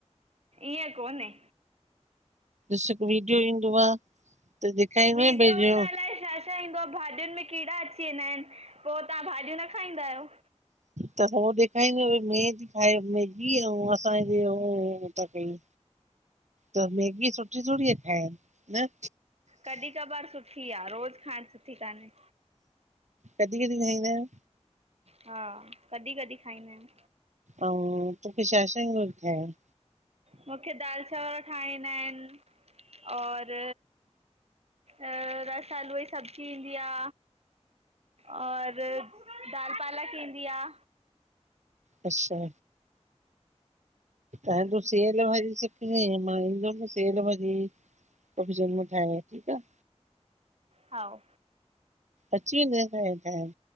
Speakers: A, on the right; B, on the right.
A: ईअं कोन्हे
B: ॾिस हिकु वीडियो ईंदो आ त ॾेखाइंदो
A: वीडियो
B: भई
A: में
B: जो
A: त अलाए छा भाॼियुनि में कीड़ा अची वेंदा आहिनि पो तव्हां भाॼियूं न खाईंदा आहियो?
B: त हो ॾेखाइंदो आ भई मेंह थी खाए मैगी हीअ अंऊँ असां जे होओ था कयूं त मैगी सुठी थोड़ी आ खाइण न
A: कॾहिं कबार सुठी आ, रोज़ु खाइणु सुठी कान्हे
B: कॾहिं कॾहिं खाईंदा आहियो?
A: हा कॾहिं-कॾहिं खाईंदा आहियूं।
B: अऊं तोखे छा, छा ईंदो आ ठायण?
A: मूंखे दाल चांवर ठाईंण ईंदा आहिनि और अ रस आलू जी सब्जी ईंदी आ और दाल पालक ईंदी आ
B: अच्छा हाणे तूं सेयल भाॼी सिखजाईं मां ईंदम न त सेयल भाॼी तोखे चवंदिमा ठाएण ठीकु आहे
A: हाओ
B: अची वेंदई सायल ठाहेण